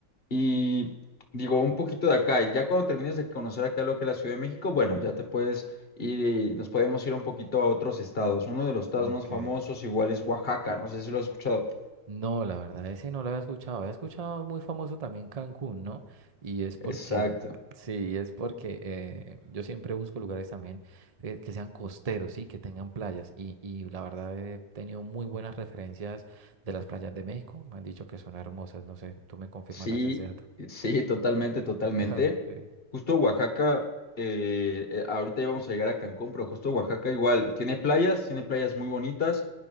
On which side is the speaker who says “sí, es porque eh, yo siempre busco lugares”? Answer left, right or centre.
Right